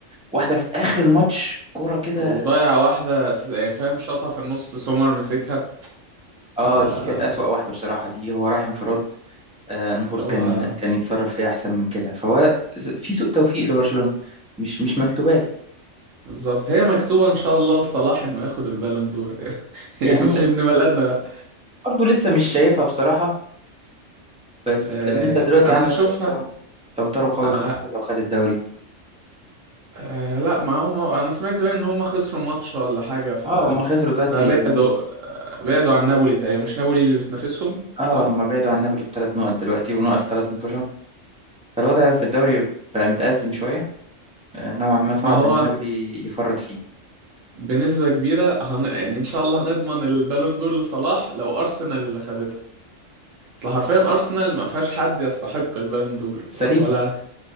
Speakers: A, in the centre; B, on the right.
A: واحده في اخر الماتش كرة كده
B: وضيع واحدة س- يعني فاهم شاطها في النص سومر مسكها
A: اه
B: ف اللي
A: دي كانت اسوأ واحده بصراحه دي هو رايح انفراد آه، المفروض
B: هو
A: كان كان يتصرف فيها احسن من كده فهو ز- في سوء توفيق لبرشلونة مش مش مكتوبه له
B: بالظبط هي مكتوبة ان شاء الله لصلاح انه ياخد البالون دور <laughs>
A: يعني
B: ابن بلدنا بقى
A: برضه لسه مش
B: يعني
A: شايفها بصراحة بس
B: آه
A: لان انت دلوقتي
B: انا
A: عندك
B: هشوفها
A: لو طاروا لو طاروا قوي
B: انا
A: خاصة لو خد الدوري
B: آه لا ما هم انا سمعت بقى ان هم خسروا ماتش ولا حاجة آه،
A: اه هم خسروا دلوقتي
B: بعدوا
A: هم
B: آه، بعدوا عن نابولي تقريبا مش نابولي اللي بتنافسهم
A: اه
B: صح
A: هم بعدوا عن نابولي بثلاث نقط دلوقتي وناقص ثلاث متوشة فالوضع في الدوري بقى متأزم شوية آه، نوعا ما صعب
B: ما هو
A: ان نابولي يفرط فيه
B: بنسبة كبيرة هن... يعني ان شاء الله هنضمن البالون دور لصلاح لو ارسنال اللي خدتها اصل حرفيا ارسنال ما فيهاش حد يستحق البالون دور
A: سليبة
B: ولا